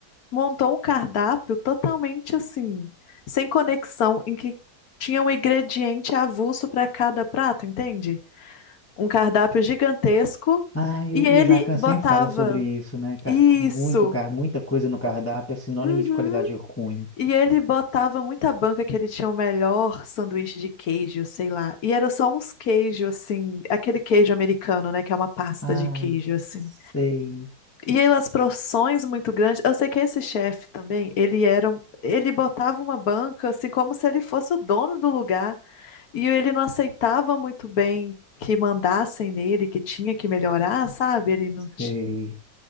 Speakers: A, on the left; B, on the left.
A: montou um cardápio totalmente assim, sem conexão, em que tinha um ingrediente avulso para cada prato, entende? Um cardápio gigantesco.
B: Ah, e
A: E
B: o
A: ele
B: o Jacan
A: botava
B: sempre fala sobre isso, né? Car-
A: isso.
B: Muito, car- muita coisa no cardápio é sinônimo
A: Uhum.
B: de qualidade ruim.
A: E ele botava muita banca que ele tinha o melhor sanduíche de queijo, sei lá. E era só uns queijos, assim, aquele queijo americano, né? Que é uma pasta
B: Ai,
A: de queijo, assim.
B: sei,
A: E aí, as porções muito grandes. Eu sei que esse chefe também, ele era. um- Ele botava uma banca, assim, como se ele fosse o dono do lugar. E ele não aceitava muito bem que mandassem nele, que tinha que melhorar, sabe? Ele não.
B: sei.
A: ti-